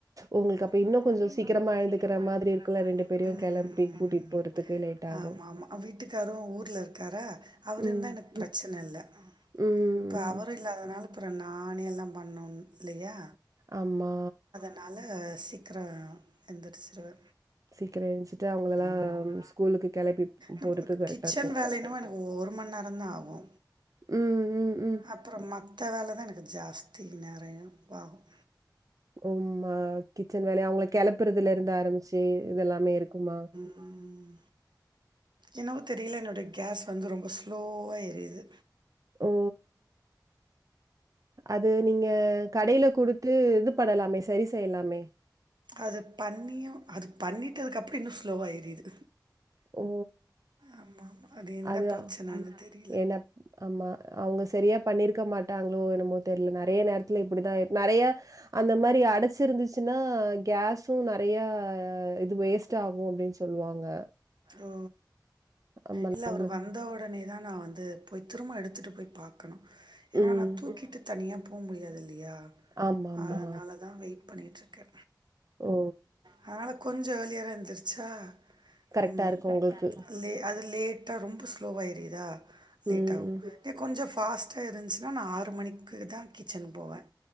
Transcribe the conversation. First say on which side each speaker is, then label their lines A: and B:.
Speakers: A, on the right (about 50°); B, on the right (about 75°).
A: உங்களுக்கு இன்னும்
B: உங்ளுக்கு
A: கொஞ்சம்
B: அப்ப இன்னு கொஞ்சோ
A: எழுந்துக்கிற
B: சீக்கிரமா எழுந்துக்கிற
A: மாதிரி இருக்கும்ல
B: மாதிரி இருக்கூ
A: பேரையும்
B: ம்
A: கெளப்பி கூட்டிட்டு
B: ம்
A: போறதுக்கு லேட் ஆகும்.
B: ஆமா ஆமா வீட்டுக்காரு ஊர்ல இருக்காரா அவுர்
A: ம்.
B: இருந்தா எனக் பிரச்சன இல்ல
A: ம்,
B: இப்ப
A: ம்.
B: அவரு இல்லாதனால அப்றோ நானே எல்லா பண்ணோனு இல்லியா
A: ஆமா
B: அதனால சீக்கரோ எந்திரச்சிருவே
A: சீக்கிரம் எழுந்துச்சுட்டு அவங்களலாம்
B: ம்
A: ஸ்கூலுக்கு கெளப்பி
B: நம்மளுக்கு
A: போறதுக்கு கரெக்ட்டா
B: கிச்சன்
A: இருக்கும்.
B: வேல என்னவே எனக் ஓ ஒரு மண் நேரந்தா ஆகோ
A: ம், ம், ம்.
B: அப் ப்றோ மத்த வேல தா எனக்கு ஜாஸ்தி நெறைய வாகும்
A: ம் ஆ கிச்சன் வேலயு அவுங்ள கெளப்புறதுலருந்து ஆரம்பிச்சு இதெல்லாமே இருக்குமா
B: ம் என்னவோ தெரியல என்னோட கேஸ் வந்து ரொம்ப ஸ்லோவா எரியுது
A: ஓ அது நீங்க கடைல குடுத்து இது பண்ணலாமே சரி செய்லாமே
B: அது பண்ணியு அது பண்ணிட்டதுக்கப்றோ இன்னு ஸ்லோவா எரிது
A: ஓ
B: ஆமா ஆமா அது என்ன
A: அதான்.
B: பிரச்சனனு தெரில
A: ஏன்னா ஆமா அவுங்க ஸ் செரியா பண்ணிருக்க மாட்டாங்ளோ என்னமோ தெரில நெறைய நேரத்தில இப்டிதா நறைய அந்த மாரி அடச் ச்சு இருந்துச்சுனா கேஸு நறைய இது வேஸ்ட் ஆகும் அப்டின் சொல்லுவாங்க
B: ஓ
A: ஆமா
B: இல்ல
A: நம்மளுக்கு
B: அவரு வந்த ஒடனே தா நா வந்து போய் திரும்ப எடுத்துட்டு போய் பாக் ஏனா
A: ம்.
B: நா தூக்கிட்டு தனியா போ முடியாது இல்லியா
A: ஆமாமா.
B: அதனால தா வெயிட் பண்ணிட்ருக்கே
A: ஓ!
B: அதனால கொஞ்ச இயர்லியரா எந்ரிச்சா
A: கரெக்ட்டா
B: ம்
A: இருக்கும்
B: கரெக்டா
A: உங்களுக்கு.
B: இருக்கோ லே அது லேட்டா ரொம்ப ஸ்லோவா எரியிதா லேட்
A: ம்.
B: ஆவும் இதே கொஞ்ச ஃபாஸ்ட்டா எருஞ்ச்சுனா நா ஆறு மணிக்கு தா கிச்சன் போவே